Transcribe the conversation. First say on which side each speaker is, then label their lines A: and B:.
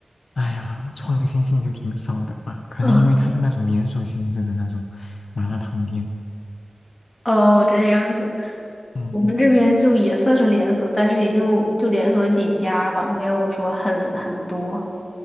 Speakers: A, on the left; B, on the left.
A: 哎呀，创新性就挺少的吧？可能因为它是那种连锁性质的那种麻辣烫店。
B: 嗯，<laughs> 哦，这样子，
A: 嗯，
B: 我们这边就也算是连锁，但是也就就连锁几家吧，没有说很很多。